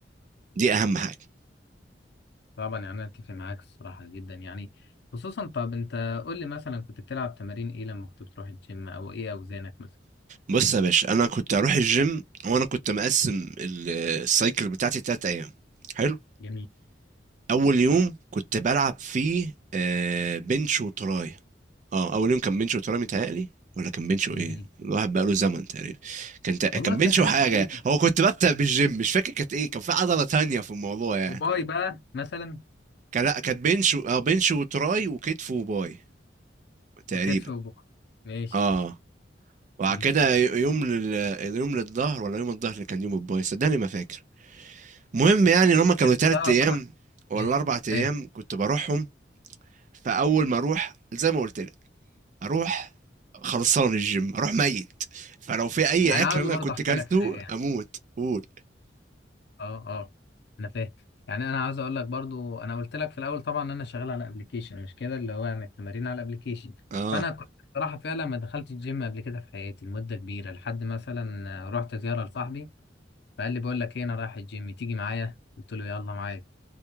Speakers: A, on the right; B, on the left.
A: دي اهم حاجه
B: طبعا يعني انا اتفق معاك الصراحة جدا يعني خصوصا طب انت قول لي مثلا كنت بتلعب تمارين ايه لما كنت بتروح الجيم او ايه اوزانك مثلا
A: بص يا باشا انا كنت هروح الجيم وانا كنت مقسم ال- السايكل بتاعتي تلات ايام حلو
B: جميل
A: اول يوم كنت بلعب فيه آه، بنش وتراي اه اول يوم كان بنش وتراي متهيألي ولا كان بنش وايه
B: جميل
A: الواحد بقاله زمن تقريبا كان تق-
B: والله
A: كان بنش
B: في حاجات
A: وحاجه
B: كتير
A: هو كنت ببدأ بالجيم مش فاكر كانت ايه كان في عضله تانية في الموضوع يعني
B: وباي بقى مثلا
A: كان لا كانت بنش و- اه بنش وتراي وكتف وباي تقريبا
B: وكتف وباي ماشي
A: اه وبعد
B: ماشي
A: كده ي- يوم لل... يوم للظهر ولا يوم الظهر اللي كان يوم الباي صدقني ما فاكر مهم يعني ان هم كانوا
B: انت
A: تلات
B: تعرف
A: ايام
B: انا
A: ولا
B: ماشي
A: اربع ايام
B: حلو
A: كنت بروحهم فاول ما اروح زي ما قلت لك اروح خلصان الجيم اروح ميت فلو في اي
B: انا
A: اكل
B: عاوز
A: انا
B: برضه
A: كنت
B: احكي
A: كلته
B: لك حاجه يعني
A: اموت قول
B: اه اه انا فاهم يعني انا عاوز اقول لك برضه انا قلت لك في الاول طبعا ان انا شغال على ابلكيشن مش كده اللي هو يعني التمارين على ابلكيشن
A: اه
B: فانا كنت بصراحه فعلا ما دخلت الجيم قبل كده في حياتي لمده كبيره لحد مثلا رحت زياره لصاحبي فقال لي بقول لك ايه انا رايح الجيم تيجي معايا قلت له يلا معايا